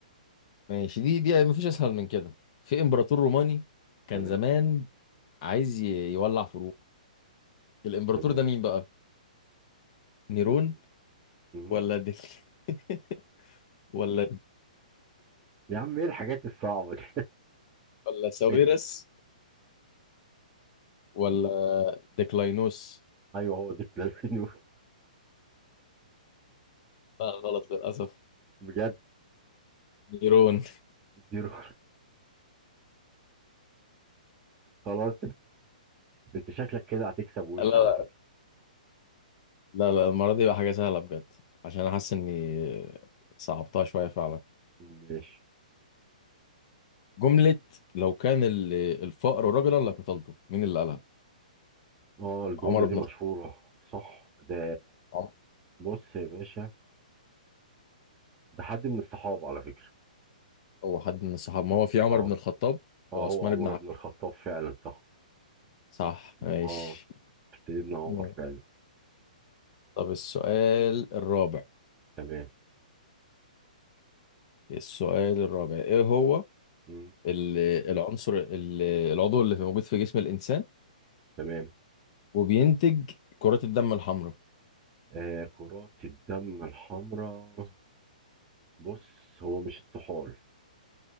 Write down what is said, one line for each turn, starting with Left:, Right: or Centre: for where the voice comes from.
Left: ماشي دي دي مفيش اسهل من كده في امبراطور روماني كان
Right: تمام
Left: زمان عايز ي- يولع فروع الامبراطور
Right: تمام
Left: ده مين بقى
Right: م-
Left: نيرون
Right: م-
Left: ولا ديك <laughs> ولا
Right: يا عم إيه الحاجات الصعبة دي
Left: ولا ساويرس
Right: <laughs>
Left: ولا ديكلاينوس
Right: أيوه هو دي بلال النور
Left: لا غلط للاسف
Right: بجد
Left: نيرون
Right: زيرو <laughs> خلاص أنت شكلك كده هتكسب وش
Left: لا
Right: على فكرة
Left: لا لا المرة دي بقى حاجة سهلة بجد عشان أنا حاسس إني صعبتها شوية فعلا
Right: ماشي
Left: جملة لو كان ال- الفقر رجلا لقتلته مين اللي قالها؟
Right: آه الجملة
Left: عمر بن
Right: دي مشهورة
Left: الخطاب
Right: صح ده
Left: عمر-
Right: بص يا باشا ده حد من الصحابة على فكرة
Left: هو حد من الصحابة ما هو في عمر
Right: آه
Left: بن الخطاب
Right: آه
Left: وعثمان
Right: هو عمر
Left: بن عفان
Right: بن الخطاب فعلا صح
Left: صح ماشي
Right: آه سيدنا عمر
Left: ماشي.
Right: فعلا
Left: طب السؤال الرابع
Right: تمام
Left: السؤال الرابع إيه هو
Right: م-
Left: ال- العنصر ال- العضو اللي في- موجود في جسم الإنسان
Right: تمام
Left: وبينتج كرات الدم الحمراء
Right: آه كرات الدم الحمراء بص هو مش الطحال